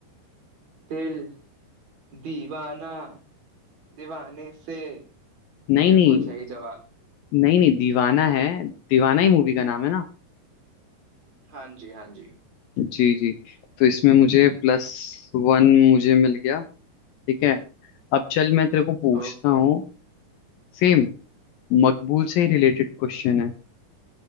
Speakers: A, on the right; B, on the left.
A: दिल दीवाना दीवाने से
B: नहीं
A: बिल्कुल
B: नहीं
A: सही जवाब
B: नहीं नहीं दीवाना है दीवाना ही मूवी का नाम है ना
A: हाँ जी हाँ जी
B: जी जी तो इसमें मुझे प्लस वन मुझे मिल गया ठीक है अब चल मैं तेरे को पूछता
A: ओके
B: हूँ सेम मकबूल से ही रिलेटेड क्वेश्चन है